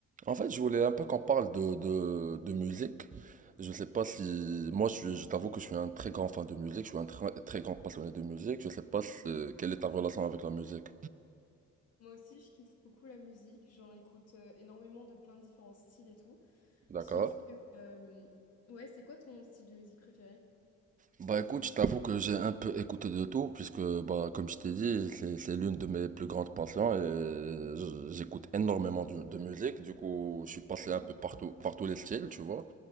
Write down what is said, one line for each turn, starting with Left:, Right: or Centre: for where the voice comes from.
Right: En fait, je voulais un peu qu'on parle de, de, de musique. Je sais pas si. Moi, je, suis- je t'avoue que je suis un très grand fan de musique, je suis un très, très grand passionné de musique. Je sais pas si- quelle est ta relation avec la musique.
Left: Moi aussi, je kiffe beaucoup la musique. J'en écoute euh, énormément de plein de différents styles et tout.
Right: D'accord?
Left: Sauf que, euh, ouais, c'est quoi ton style de musique préféré?
Right: Bah écoute, je t'avoue que j'ai un peu écouté de tout, puisque, bah, comme je t'ai dit, c'est, c'est l'une de mes plus grandes passions et je- j'écoute énormément de, de musique. Du coup, je suis passé
Left: Ouais.
Right: un peu partout, par tous les styles, tu vois.